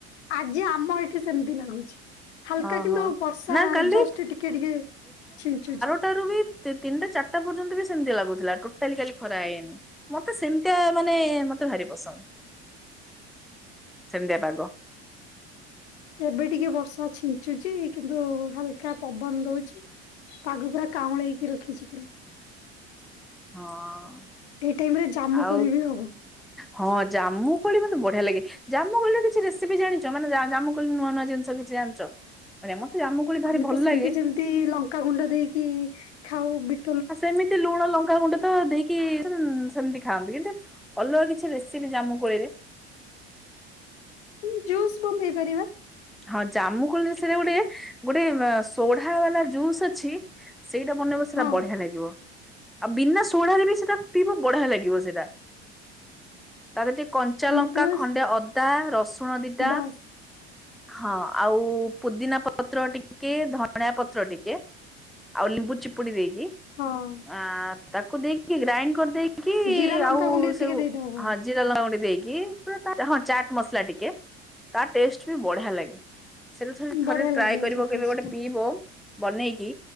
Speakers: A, on the left; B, in the centre.
A: ଆଜି ଆମ ଏଠି ସେମତି ଲାଗୁଛି। ହାଲକା
B: ଓହୋ
A: କିନ୍ତୁ ବର୍ଷା
B: ନା କାଲି
A: ଜଷ୍ଟ୍ ଟିକେ ଟିକେ ଛିଞ୍ଚୁଚି
B: ଟାରୁ ବି ତିନ ତିନିଟା ଚାରିଟା ପର୍ଯ୍ୟନ୍ତ ବି ସେମିତି ଲାଗୁଥିଲା ଟୋଟାଲି କାଲି ଖରା ହେଇନି। ମତେ ସେମିତିଆ ମାନେ ମୋତେ ଭାରି ପସନ୍ଦ। ସେମିତିଆ ପାଗ।
A: ଏବେ ଟିକେ ବର୍ଷା ଛିଞ୍ଚୁଚି କିନ୍ତୁ ହାଲକା ପବନ ଦଉଛି। ପାଗ ପୁରା କାଉଁଳେଇକି ରଖିଛି ପୂର୍
B: ହଁ
A: ଏଇ ଟାଇମ ରେ ଜାମୁ
B: ଆଉ
A: କୋଳି ବି ହବ।
B: ହଁ ଜାମୁ କୋଳି ମୋତେ ବଢିଆ ଲାଗେ ଜାମୁ କୋଳିରେ କିଛି ରେସିପି ଜାଣିଛ ମାନେ ଜା ଜାମୁ କୋଳି ନୂଆ ନୂଆ ଜିନିଷ କିଛି ଜାଣିଛ? <unintelligible> ମୋତେ ଜାମୁ କୋଳି ଭାରି
A: ଆମେ
B: ଭଲ
A: ତ ସେମତି
B: ଲାଗେ।
A: ଯେମିତି ଲଙ୍କାଗୁଣ୍ଡ ଦେଇକି ଖାଉ ବି
B: ଆ ସେମିତି ଲୁଣ ଲଙ୍କା ଗୁଣ୍ଡ ତ ଦେଇକି କି ତୁନ ସେମତି ଖାଆନ୍ତି କିନ୍ତୁ ଅଲଗା କିଛି ରେସିପି ଜାମୁ କୋଳିରେ
A: ଉଁ ଜୁସ୍ ବନେଇ ପାରିବା।
B: ହଁ, ଜାମୁ କୋଳିରେ ସେଟା ଗୋଟେ ଗୋଟେ ଆ ସୋଢା ବାଲା ଜୁସ୍ ଅଛି। ସେଇଟା ବନେଇବ ସେଇଟା
A: ହଁ
B: ବଢିଆ ଲାଗିବ ଆଉ ବିନା ସୋଢ଼ାରେ ବି ସେଟା ପିଇବ ବଢିଆ ଲାଗିବ ସେଟା। ତା ଦିରେ ଟିକେ କଞ୍ଚା ଲଙ୍କା,
A: ମତଲବ
B: ଖଣ୍ଡେ ଅଦା, ରସୁଣ ଦିଟା
A: ବାସ୍
B: ହଁ ଆଉ ପୁଦିନାପତ୍ର ଟିକେ ଧଣିଆପତ୍ର ଟିକେ। ଆଉ ଲିମ୍ବୁ ଚିପୁଡ଼ି ଦେଇକି
A: ହଁ।
B: ଆ ତାକୁ ଦେଇକି ଗ୍ରାଇଣ୍ଡ କରିଦେଇକି
A: ଜିରା ଲଙ୍କା
B: ଆଉ
A: ଗୁଣ୍ଡ
B: ସେଉ
A: ଟିକେ ଦେଇଦବ।
B: ହଁ ଯେତେ ଚାଲା ଗୋଟେ ଦେଇକି ହଁ ଚାଟ ମସଲା ଟିକେ ତା ଟେଷ୍ଟ ବି ବଢିଆ ଲାଗେ। ସେଟା ଥରେ
A: ବଢିଆ
B: ଥରେ
A: ଲାଗିବ
B: ଟ୍ରାଏ କରିବ
A: ତା ଟେଷ୍ଟ
B: କେବେ ଗୋଟେ
A: ଟା।
B: ପିଇବ। ବନେଇକି